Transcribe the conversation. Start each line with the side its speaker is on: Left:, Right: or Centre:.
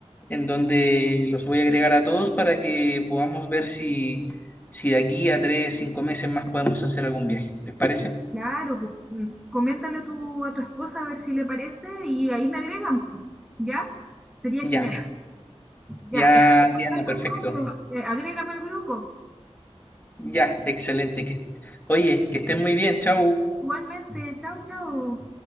Left: en donde los voy a agregar a todos para que podamos ver si, si de aquí a tres, cinco meses más podemos hacer algún viaje. ¿Les parece?
Centre: Claro, pues eh, coméntale a tu, a tu esposa a ver si le parece y ahí me agregan, ¿ya? Sería
Left: Ya,
Centre: genial. Ya,
Left: ya,
Centre: eso, <laughs>
Left: Diana,
Centre: entonces,
Left: perfecto.
Centre: eh, agrégame al grupo.
Left: Ya, excelente. Que, oye, que estén muy bien, chau.
Centre: Igualmente, chao, chao.